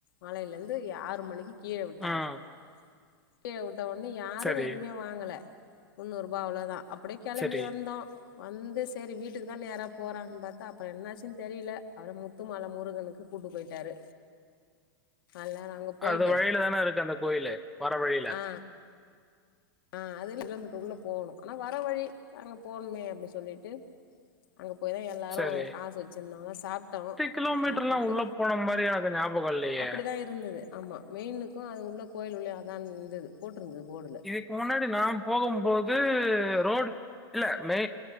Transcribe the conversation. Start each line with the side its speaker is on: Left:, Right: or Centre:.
Left: மலையில இருந்து ஆறு மணிக்கு கீழே விட்டாங்க
Centre: ம்.
Left: <unintelligible> உண்ணு யாரும்
Centre: சரி,
Left: எதுமே வாங்கல முன்னூறு ரூபா அவ்ளோதான் அப்டி கிளம்பி
Centre: சரி.
Left: வந்தோம் வந்து சேரி வீட்டுக்கு தான் நேரா போறாங்கன்னு பார்த்தா அப்றோ என்னாச்சுன்னு தெரியல அவற முத்துமல முருகனுக்கு கூட்டு போயிட்டாரு எல்லாரு அங்க போயிட்டு
Centre: அது வழில தானே இருக்கு அந்த கோயிலு வர வழில
Left: ஆ ஆ அதரு <inaudible> கிலோமீட்டர் உள்ள போணுஆனா வ ர வழி அங்க போணுமே அப்டின்னு சொல்லிட்டு அங்க போய் தா எல்லாரு
Centre: சரி.
Left: காசு வச்சிருந்தோல சாப்ட்டோ
Centre: கிலோமீட்டர்லாம்
Left: சாப்ட்டுட்டு
Centre: உள்ள போன மாரி எனக்கு ஞாபகம் இல்லையே!
Left: அப்டிதா இருந்தது ஆமா மெயினுக்கு அது உள்ள கோயில் உள்ள அதா து து போட் தது போர்டுல
Centre: இதுக்கு முன்னாடி நா போகும்போது ரோட் இல்ல மே